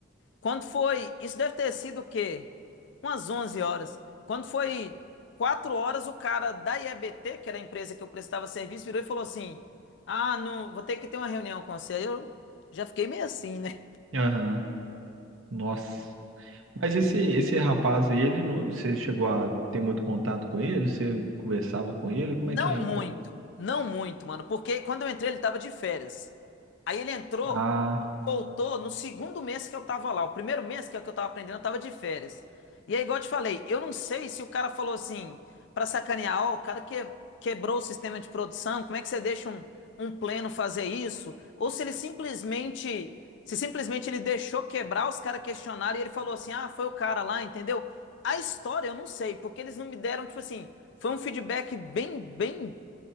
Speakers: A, on the left; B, on the right.
A: Quando foi? Isso deve ter sido o quê? Umas 11 horas. Quando foi Quatro horas, o cara da IEBT, que era a empresa que eu prestava serviço, virou e falou assim: Ah, não, vou ter que ter uma reunião com você. Aí eu já fiquei meio assim, né?
B: Aham. Nossa. Mas esse esse rapaz, ele, não- você chegou a ter muito contato com ele? Você conversava com ele? Como
A: Não
B: é que é?
A: muito,
B: o con-
A: não muito, mano, porque quando eu entrei ele tava de férias. Aí ele entrou,
B: Ah.
A: Voltou no segundo mês que eu tava lá. O primeiro mês, que é o que eu tava aprendendo, eu tava de férias. E aí, igual eu te falei, eu não sei se o cara falou assim, pra sacanear, ó, o cara que, quebrou o sistema de produção, como é que você deixa um, um pleno fazer isso? Ou se ele simplesmente, se simplesmente ele deixou quebrar, os caras questionaram e ele falou assim, ah, foi o cara lá, entendeu? A história eu não sei, porque eles não me deram, tipo assim, foi um feedback bem, bem,